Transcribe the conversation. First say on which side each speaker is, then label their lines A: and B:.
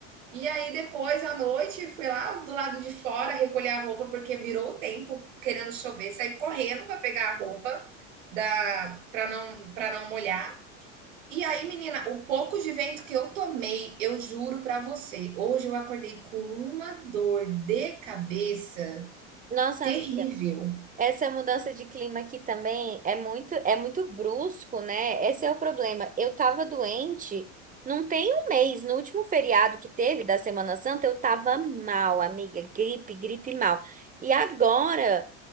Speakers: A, on the right; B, on the right.
A: E aí depois à noite fui lá do lado de fora recolher a roupa porque virou o tempo, querendo chover, saí correndo para pegar a roupa da para não para não molhar. E aí, menina, o pouco de vento que eu tomei, eu juro pra você, hoje eu acordei com uma dor de cabeça
B: Nossa,
A: terrível.
B: essa mudança de clima aqui também é muito, é muito brusco, né? Esse é o problema. Eu tava doente, não tem um mês, no último feriado que teve da Semana Santa, eu tava mal, amiga, gripe, gripe mal. E agora